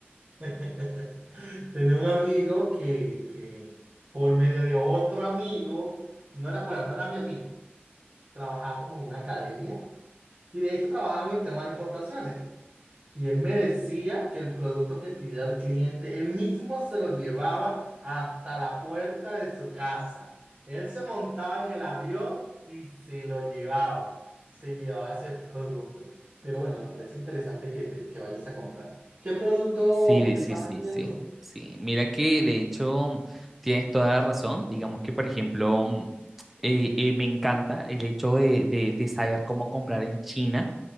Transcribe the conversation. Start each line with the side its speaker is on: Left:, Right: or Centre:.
Right: <laughs> tenía un amigo que, que por medio de otro amigo, no era, bueno, no era mi amigo, trabajaba como en una academia y de hecho trabajaba en el tema de importaciones. Y él me decía que el producto que pidiera el cliente, él mismo se lo llevaba hasta la puerta de su casa. Él se montaba en el avión y se lo llevaba. Se llevaba ese <laughs> producto. Pero bueno, me parece interesante que te, que vayas a comprar. ¿Qué producto
Centre: Sí,
Right: estás
Centre: sí, sí,
Right: vendiendo?
Centre: sí, sí. Mira que de hecho tienes toda la razón. Digamos que, por ejemplo, mm, eh, eh, me encanta el hecho de, de- de saber cómo comprar en China.